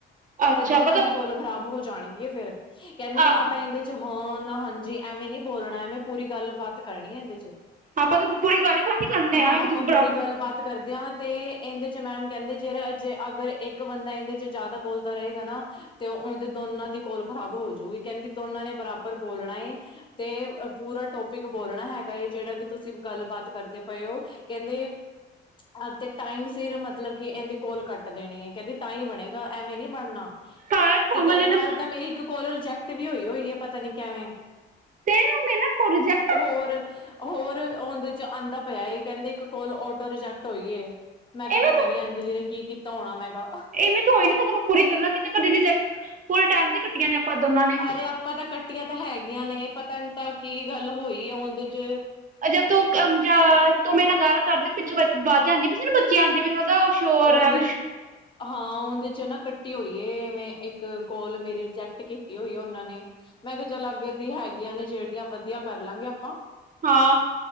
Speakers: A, on the right (about 40°); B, on the left (about 25°).
A: ਅੱਛਾ
B: ਤੇ ਦੋਨਾਂ
A: ਆਪਾਂ ਤਾਂ
B: ਦੀ ਕੋਲ ਖ਼ਰਾਬ ਹੋ ਜਾਣਗੀ ਹੈ ਫੇਰ ਕਹਿੰਦੀ
A: ਆਹ
B: ਨਾ ਤਾਂ ਇਹਦੇ ਚ ਹਾਂ। ਹਾਂਜੀ, ਐਵੇਂ ਨੀ ਬੋਲਣਾ ਐਵੇਂ ਪੂਰੀ ਗੱਲਬਾਤ ਕਰਨੀ ਹੈ ਇਹਦੇ ਤੇ।
A: ਆਪਾਂ ਤਾਂ ਪੂਰੀ ਗੱਲ ਬਾਤ ਹੀ ਕਰਨੇ
B: ਹਾਂ
A: ਆ ਇੱਕ
B: ਆਪਾਂ
A: ਦੂਜੇ ਬਰਾਬਰ
B: ਪੂਰੀ ਗੱਲਬਾਤ ਕਰਦੇ ਹਾਂ। ਤੇ ਇਹਦੇ ਚ ਮੈਮ ਕਹਿੰਦੇ ਜਿਹੜਾ ਜੇ ਅਗਰ ਇੱਕ ਬੰਦਾ ਇਹਦੇ ਚ ਜ਼ਿਆਦਾ ਬੋਲਦਾ ਰਹੇਗਾ ਨਾ। ਤੇ ਉਹਦੇ ਦੋਨਾਂ ਦੀ ਕੋਲ ਖਰਾਬ ਹੋ ਜੂਗੀ ਕਹਿੰਦੀ ਦੋਨਾਂ ਨੇ ਬਰਾਬਰ ਬੋਲਣਾ ਏ। ਤੇ ਪੂਰਾ ਟੋਪਿਕ ਬੋਲਣਾ ਹੈਗਾ ਹੈ। ਜਿਹੜਾ ਵੀ ਤੁਸੀਂ ਗੱਲਬਾਤ ਕਰਦੇ ਪਏ ਹੋ। ਕਹਿੰਦੇ ਅਹ। ਟਾਈਮ ਸਿਰ ਮਤਲਬ ਕਿ ਇਹਦੇ ਕੋਲ ਕੱਟ ਦੇਣੀ ਹੈ। ਕਹਿੰਦੀ ਤਾਂ ਹੀ ਬਣੇਗਾ ਐਵੇਂ ਨੀ ਬਣਨਾ।
A: ਹਾਂ ਕੋਮਲ
B: ਤੇ ਤੇਰੇ
A: ਨੇ
B: ਨਾਲ
A: ਨਾ
B: ਤਾਂ ਮੇਰੀ ਇੱਕ ਕੋਲ ਰਿਜੈਕਟ ਵੀ ਹੋਈ-ਹੋਈ ਹੈ ਪਤਾ ਨੀ ਕਿਵੇਂ।
A: <unintelligible>
B: ਹੋਰ-ਹੋਰ ਉਹਦੇ ਚ ਆਉਂਦਾ ਪਿਆ, ਕਹਿੰਦੇ ਇੱਕ ਕੋਲ ਆਟੋ ਰਿਜੈਕਟ ਹੋਈ ਏ। ਮੈਂਨੂੰ
A: ਇਵੇਂ
B: ਪਤਾ
A: ਤੂੰ
B: ਨੀ ਅੰਜਲੀ ਨੇ ਕੀ ਕੀਤਾ ਹੋਣਾ ਮੈ ਕਿਹਾ।
A: ਇਵੇਂ ਤਾਂ ਹੋਈ ਨੀ ਸਕਦਾ ਪੂਰੀ ਗੱਲਾਂ ਕੀਤੀਆਂ ਸਾਡੀਆਂ ਰਿਜੈਕਟ ਪੂਰੇ ਟਾਈਮ ਤੇ ਕੱਟੀਆਂ ਨੇ ਆਪਾਂ ਦੋਨਾਂ ਨੇ।
B: ਅਰੇ ਆਪਾਂ ਤਾਂ ਕੱਟੀਆਂ ਤਾਂ ਹੈਗੀਆਂ ਨੇ ਪਤਾ ਤਾਂ ਕੀ ਗੱਲ ਹੋਈ ਹੈ ਉਦੇ ਚ
A: ਜ ਤੂੰ-ਤੂੰ ਮੇਰੇ ਨਾਲ ਗੱਲ ਕਰਦੀ ਪਾਈ ਪਿੱਛੋਂ ਵਾਜਾਂ ਆਂਦੀ ਵੀ ਸੀ ਨਾ ਬੱਚੇਆ ਦੀ ਫੇ ਮੈਂ ਕਿਹਾ ਆ ਉਹ। ਸ਼ੋਰ
B: ਫੋਨ
A: ਐ
B: ਦੇ। ਹਾਂ ਉਹਦੇ ਚ ਨਾ ਕੱਟੀ ਹੋਈ ਹੈ, ਏਵੇ ਇੱਕ ਕੋਲ ਮੇਰੀ ਰਿਜੈਕਟ ਕੀਤੀ ਹੋਈ ਹੈ ਉਹਨਾਂ ਨੇ। ਮੈਂ ਕਿਹਾ ਚਲ ਅਗੇ ਦੀ ਹੈਗੀਆਂ ਨੇ ਜਿਹੜੀਆਂ ਵਧੀਆ ਕਰ ਲਾਂਗੇ ਆਪਾਂ।
A: ਹਾਂ।